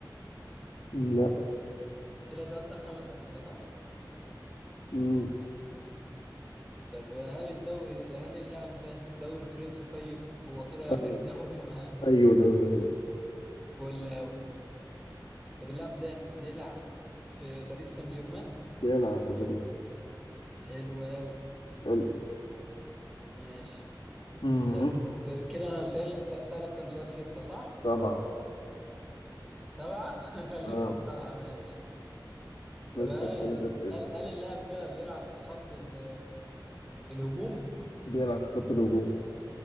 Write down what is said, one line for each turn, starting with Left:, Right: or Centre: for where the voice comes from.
Left: مم. لا
Centre: كده سألتك خمس أسئلة صح
Left: مم.
Centre: طب هل الدوري هل اللاعب ده دوري فرنسي طيب هو كده
Left: آه.
Centre: آخر دوري <laughs> معانا
Left: ايوه دوري الخمسة
Centre: ولا طب اللاعب ده بيلعب في باريس سان جيرمان
Left: بيلعب في باريس
Centre: حلو قوي
Left: يلا
Centre: ماشي
Left: مم.
Centre: طب كده انا سأل- سألك كم سؤال ستة صح
Left: طبعا
Centre: سبعة <laughs> خليتهم
Left: اه
Centre: سبعة ماشي
Left: نسألك
Centre: طب هل
Left: ثلاث أسئلة
Centre: هل هل اللاعب ده بيلعب في خط ال- الهجوم
Left: بيلعب في خط الهجوم